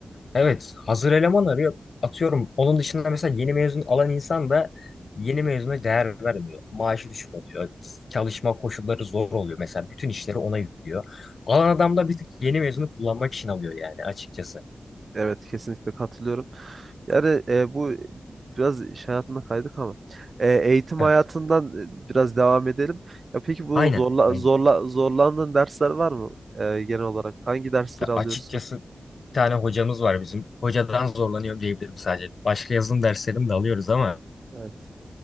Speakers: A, on the left (about 70°); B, on the right (about 60°).
A: evet hazır eleman arıyor. Atıyorum. Onun dışında mesela yeni mezun alan insan da yeni mezuna değer vermiyor. Maaşı düşük oluyor. Çalışma koşulları zor oluyor. Mesela bütün işleri ona yüklüyor. Alan adam da bir tık yeni mezunu kullanmak için alıyor yani açıkçası.
B: Evet kesinlikle katılıyorum. Yani e, bu biraz iş hayatına kaydık ama e, eğitim
A: Evet.
B: hayatından e, biraz devam edelim. Ya peki bu
A: Aynen.
B: zorla
A: Aynen.
B: zorla zorlandığın dersler var mı e, genel olarak? Hangi dersleri
A: Ya
B: alıyorsun?
A: Açıkçası bir tane hocamız var bizim. Hocadan zorlanıyorum diyebilirim sadece. Başka yazılım derslerini de alıyoruz ama
B: Evet.